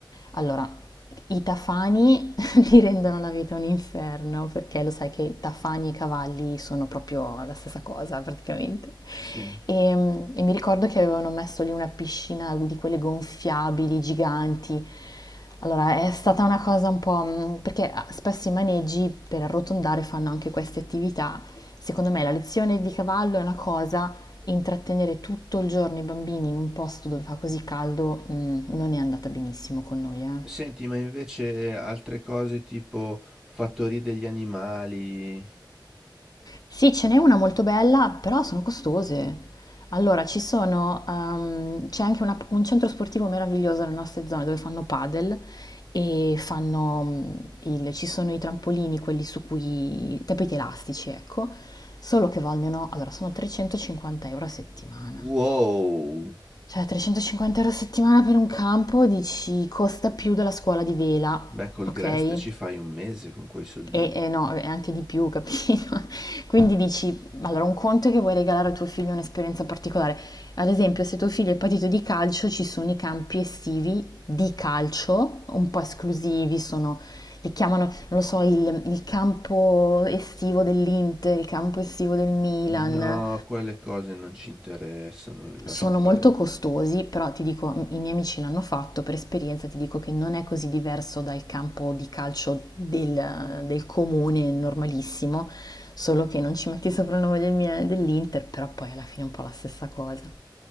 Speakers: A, on the left; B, in the centre.
A: allora, i tafani <laughs> ti rendono la vita un inferno, perché lo sai che tafani e cavalli sono proprio la stessa cosa praticamente.
B: Sì.
A: E, e mi ricordo che avevano messo lì una piscina di quelle gonfiabili, giganti. Allora, è stata una cosa un po'... mh, perché ah, spesso i maneggi per arrotondare fanno anche queste attività. Secondo me la lezione di cavallo è una cosa, intrattenere tutto il giorno i bambini in un posto dove fa così caldo, mh, non è andata benissimo con noi, eh.
B: Senti, ma invece altre cose tipo fattorie degli animali.
A: Sì, ce n'è una molto bella, però sono costose. Allora, ci sono, ehm, c'è anche una- un centro sportivo meraviglioso nelle nostre zone dove fanno padel e fanno mm, il- ci sono i trampolini, quelli su cui, i tappeti elastici, ecco, solo che vogliono, allora, sono 350 euro a settimana.
B: Wow!
A: Cioè, 350 euro a settimana per un campo, dici, costa più della scuola di vela,
B: Beh, col
A: ok?
B: Grest ci fai un mese con quei soldini.
A: E, e no, è anche di più, capito? <laughs> Quindi dici, allora un conto è che vuoi regalare a tuo figlio un'esperienza particolare. Ad esempio, se tuo figlio è patito di calcio, ci sono i campi estivi di calcio, un po' esclusivi, sono, li chiamano, non lo so, il, il campo estivo dell'Inter, il campo estivo del Milan,
B: No, quelle cose non ci interessano, le lascio
A: sono
B: fare.
A: molto costosi, però ti dico, i miei amici l'hanno fatto, per esperienza ti dico che non è così diverso dal campo di calcio del, del comune normalissimo, solo che non ci metti sopra il nome del mio- dell'Inter, però poi alla fine è un po' la stessa cosa.